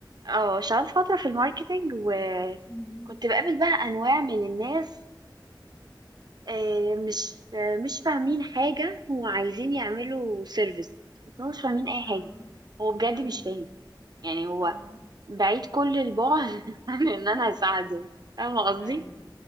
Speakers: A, on the right (about 55°); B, on the left (about 50°).
A: اه اشتغلت فترة في الماركتينج وكنت
B: مم.
A: بقابل بقى أنواع من الناس آه، مش آه، مش فاهمين حاجة وعايزين يعملوا سيرفيس بس هو مش فاهمين أي حاجة
B: اه
A: هو بجد
B: ايوه
A: مش فاهم يعني هو
B: اه
A: بعيد كل البعد <laughs> عن إن أنا أساعده فاهمة قصدي؟
B: ايوه